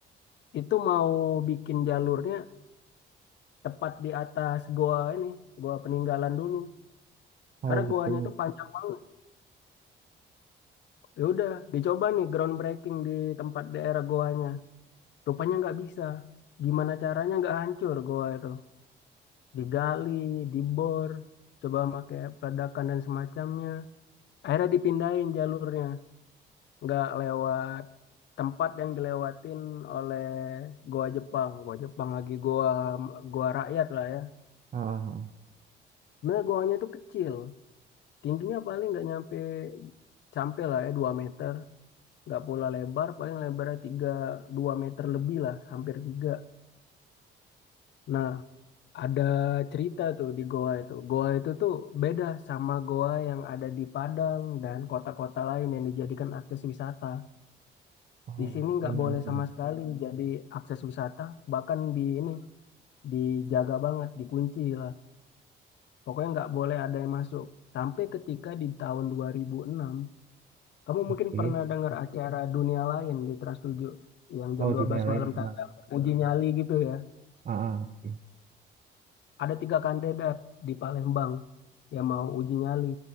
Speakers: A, on the left; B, on the right.
A: itu mau bikin jalurnya tepat di atas goa ini, goa peninggalan dulu.
B: oh
A: Karena
B: gitu
A: goanya tuh panjang banget. Ya udah, dicoba nih groundbreaking di tempat daerah goanya. Rupanya nggak bisa. Gimana caranya nggak hancur goa itu? Digali, dibor, coba pakai peledakan dan semacamnya. Akhirnya dipindahin jalurnya, nggak lewat tempat yang dilewatin oleh goa Jepang. Goa Jepang lagi goa goa rakyat lah ya.
B: ah ah, ah.
A: Sebenarnya goanya itu kecil, Tingginya paling nggak nyampe sampai lah ya 2 meter. Nggak pula lebar, paling lebarnya 3 2 meter lebih lah, hampir 3. Nah, ada cerita tuh di goa itu. Goa itu tuh beda sama goa yang ada di Padang dan kota-kota lain yang dijadikan akses wisata.
B: oh
A: Di sini nggak
B: gimana
A: boleh
B: tuh
A: sama
B: bang
A: sekali jadi akses wisata, bahkan di ini dijaga banget, dikunci lah. Pokoknya nggak boleh ada yang masuk. Sampai ketika di tahun dua ribu enam Kamu
B: oke
A: mungkin pernah dengar acara dunia lain di Trans 7 yang jam
B: oh
A: 12
B: dunia lain
A: malam
B: pernah
A: tayang uji nyali gitu ya.
B: ah ah, oke
A: Ada tiga kandidat di Palembang yang mau uji nyali